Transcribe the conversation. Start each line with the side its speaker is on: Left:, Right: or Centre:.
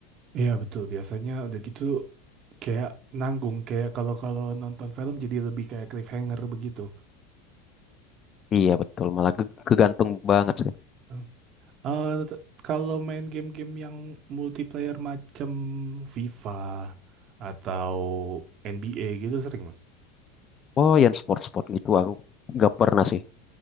Right: Iya, betul. Biasanya udah gitu kayak nanggung kayak kalau kalau nonton film jadi lebih kayak cliffhanger begitu.
Left: iya betul malah ge- kegantung banget sih
Right: Hmm. Eh, t- kalau main game-game yang multiplayer macam FIFA atau NBA gitu sering, Mas.
Left: oh yang sport-sport gitu aku nggak pernah sih